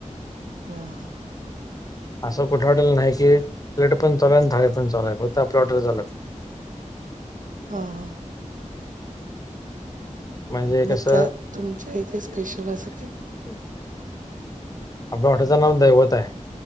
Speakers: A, on the right; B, on the left.
A: हां
B: असं कुठे वाटेल नाही की प्लेट पण चालू हाय थाळी पण चालू हाय फक्त आपली ऑर्डर झाल्यात
A: हा हा.
B: म्हणजे
A: मग
B: कसं
A: त्यात तुमच्या इथे स्पेशल असं काय आहे.
B: <unintelligible> आपल्या हॉटेचं नाव दैवत आहे.